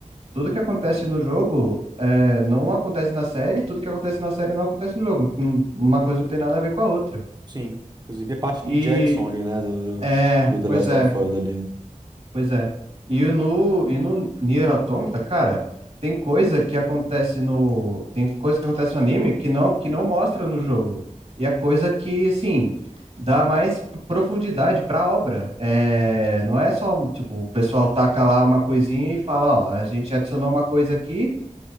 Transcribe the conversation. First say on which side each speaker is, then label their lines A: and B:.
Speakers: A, on the right; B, on the right.
A: tudo que acontece no jogo é, não acontece na série, tudo que acontece na série não acontece no jogo. Hum, Uma coisa não tem nada a ver com a outra.
B: sim. Inclusive a parte
A: E
B: de Jackson ali, né? Do,
A: é,
B: do, do The
A: pois
B: Last
A: é,
B: of Us ali.
A: pois é. E o no, e no Nier Automata, cara, tem coisa que acontece no, tem coisa que acontece no anime que não, que não mostra no jogo. E é coisa que, assim, dá mais profundidade para a obra. É, não é só, tipo, o pessoal taca lá uma coisinha e fala, ó, a gente adicionou uma coisa aqui